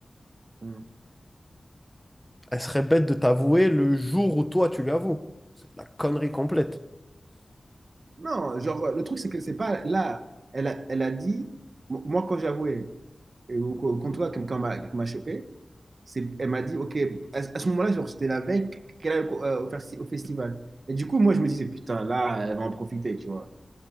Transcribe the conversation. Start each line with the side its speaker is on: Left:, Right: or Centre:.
Right: Mm.
Centre: Elle serait bête de t'avouer le jour où toi, tu lui avoues. C'est de la connerie complète.
Right: Non, genre, le truc, c'est que c'est pas là. Elle a, elle a dit, m- moi, quand j'avouais, et au, au comptoir, quelqu'un m'a qui m'a chopé, c'est, elle m'a dit, OK, à, à ce moment-là, genre, c'était la veille qu'elle allait au, euh, au festi- au festival. Et du coup, moi, je me disais, putain, là, elle va en profiter, tu vois.